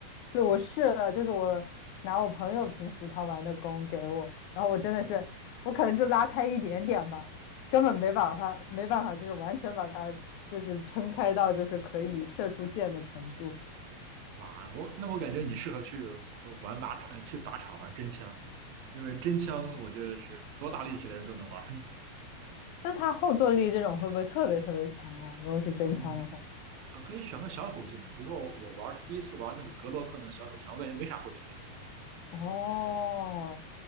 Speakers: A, on the left; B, on the right.
A: 对，我试了，就是我拿我朋友平时他玩的弓给我，然后我真的是，我可能就拉开一点点吧，根本没把它没办法，就是完全把它就是撑开到就是可以射出箭的程度。
B: 哇，我那我感觉你适合去呃玩靶场，呃去靶场玩真枪，因为真枪我觉得是多大力气的人都能玩儿。
A: 那它后坐力这种会不会特别特别强啊？如果是真枪的话，
B: 嗯，啊，可以选个小口径的，比如说我玩第一次玩那个格洛克那个小手枪，我感觉没啥后坐力，
A: 哦，